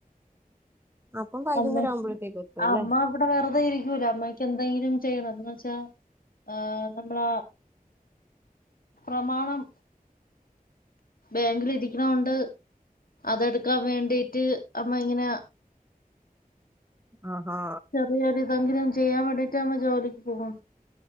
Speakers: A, on the right (about 15°); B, on the left (about 70°).
A: അപ്പം വൈകുന്നേരം
B: അമ്മക്ക്
A: ആവുമ്പോഴത്തേക്ക് എത്തും അല്ലേ
B: അമ്മ ഇവിടെ വെറുതെ ഇരിക്കൂല അമ്മയ്ക്ക് എന്തെങ്കിലും ചെയ്യണം എന്ന് വെച്ചാ ആഹ നമ്മള പ്രമാണം ബാങ്കിൽരിക്കണ കൊണ്ട് അതെടുക്കാൻ വേണ്ടിട്ട് അമ്മ ഇങ്ങനെ
A: ആഹാ
B: ചെറിയൊരിതെങ്കിലും ചെയ്യാൻ വേണ്ടിയിട്ട് നമ്മ ജോലിക്ക് പോകും